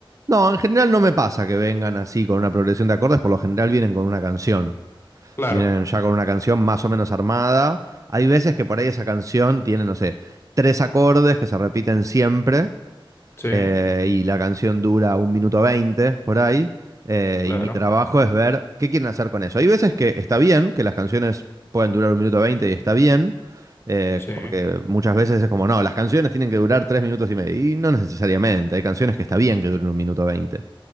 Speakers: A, on the right; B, on the left.
A: no, en general no me pasa que vengan así con una progresión de acordes, por lo general vienen con una canción.
B: Claro,
A: Vienen ya con una canción más o menos armada. Hay veces que por ahí esa canción tiene, no sé, tres acordes que se repiten siempre
B: sí,
A: eh, y la canción dura un minuto veinte por ahí, eh,
B: claro,
A: y mi trabajo es ver qué quieren hacer con eso. Hay veces que está bien, que las canciones pueden durar un minuto veinte y está bien, eh,
B: sí,
A: porque muchas veces es como, no, las canciones tienen que durar tres minutos y medio, y no necesariamente, hay canciones que está bien que duren un minuto veinte.